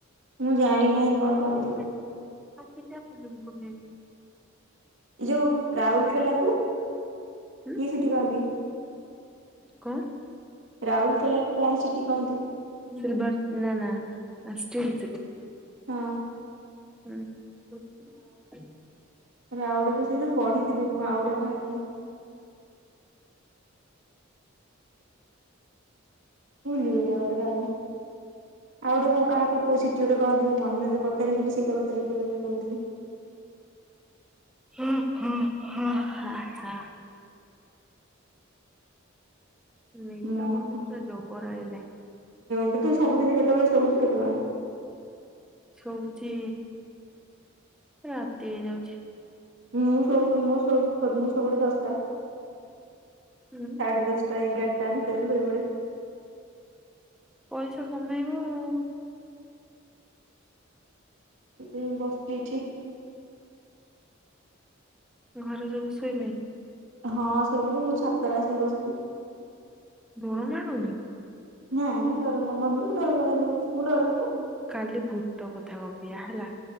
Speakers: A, on the right (about 70°); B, in the centre.
A: ମୁଁ ଜାଣି ନାହିଁ କଣ
B: <unintelligible>
A: କହନ୍ତି ଏଇ ଯୋଉ ରାଉଲୁକେଲା କୁ
B: ହୁଁ
A: କି ସିଟି କହନ୍ତି?
B: କଣ
A: ରାଉଲୁକେଲାକୁ କଣ ସିଟି କହନ୍ତି?
B: ସିଲଭର ନା ନା ଷ୍ଟିଲ ସିଟି?
A: ହଁ
B: ହୁଁ।
A: ରାଉଡ ମୁଁ ସେଦିନ ପଢିଥିଲି ମୁଁ ଆଉ ଗୋଟେ କାହାକୁ? ଭୁଲି ଗଲି ଆଉ ଗୋଟେ କହାକୁ। ଆଉ ଗୋଟେ କହାକୁ କଉ ସିଟି ଗୋଟେ କହନ୍ତି ମୁଁ ମନରେ ପଚାରିି ବୋଲି ସେଇତ ପଚାରିବି ବୋଲି କହୁଥିଲି।
B: ହୁଁ ହୁଁ ହଁ ହ ହ। ନିଦ
A: ମୋହନ
B: ମତେ ପୁର ଜବର ଆଇଲା।
A: ଏ ତୁ ସବୁଦିନ କେତେବେଳେ ଶୋଉଛୁ କେତେବେଳେ?
B: ଶୋଉଛି ରାତି ହେଇ ଯାଉଛି।
A: ମୁଁ ସୋଉ ମୁଁ ସୋଉ ମୁଁ ସବୁଳେ ଦଶଟା।
B: ହୁଁ
A: ସାଢ଼େ ଦଶ ଟା ଏଗାରଟା ଭିତରେ ମୁଁ ଶୋଇପଡ଼େ।
B: ପଇସା କମେଇବ ଆଉ।
A: ସେ ବସିଛି।
B: ଘର ସବୁ ଶୋଇଲେ?
A: ହଁ ଶୋଇଲେନି ମୁଁ ଛାତରେ ଆସିକି ବସିଛି।
B: ଧର ଜଣୁନି <unintelligible>
A: ହଁ ଡର ଲଲା <unintelligible> ମନୁ ମୁଁ ଡର ଲାଗେନି ମୋତେ ମୁଁ ଡରେନି।
B: କାଲି ଭୂତ କଥା ଗଫିବା ହେଲା।